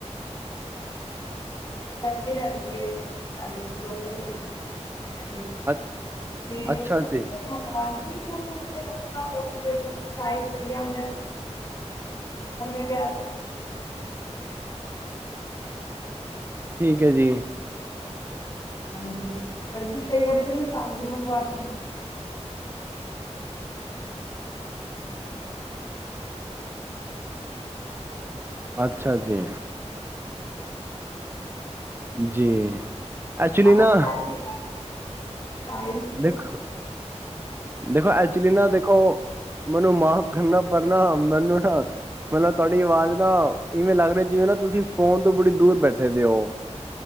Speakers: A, on the left (about 30°); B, on the right (about 20°).
A: ਇਥੇ ਰਹਿੰਦੀ ਏ ਸਾਡੇ ਲੋਕਲ ਹੀ
B: ਅ
A: ਤੇ
B: ਅੱਛਾ
A: ਉਹ
B: ਜੀ
A: ਓਨਲਾਈਨ ਤੇ ਕਪੜਾ ਹੋਰ ਤੇ ਸਾਈਜ ਸਹੀ ਆਂਦਾ। ਓਨੇ ਕਿਹਾ
B: ਠੀਕ ਹੈ ਜੀ।
A: ਹਾਂਜੀ, ਬਲਕਿ ਕਈ ਵਾਰੀ ਤੇ ੳਹਨੇ ਸਾਨੁ ਵੀ ਮੰਗਵਾ ਕੇ ਦਿਤ
B: ਅੱਛਾ ਜੀ। ਜੀ ਐਕਚੁਲੀ
A: ਆਪ
B: ਨਾ
A: ਸਾਰੇ ਸਾਈਜ਼
B: ਦੇਖੋ, ਦੇਖੋ ਐਕਚੁਲੀ ਨਾ ਦੇਖੋ ਮੈਨੂੰ ਮਾਫ਼ ਕਰਨਾ ਪਰਨਾ, ਮੈਨੂੰ ਨਾ ਮਤਲਬ ਤੁਹਾਡੇ ਆਵਾਜ਼ ਨਾ ਇਵੇਂ ਲੱਗ ਰਿਹਾ ਜਿਵੇਂ ਨਾ ਤੁਸੀਂ ਫੋਨ ਤੋਂ ਬੜੀ ਦੂਰ ਬੈਠੇ ਦੇ ਉਹ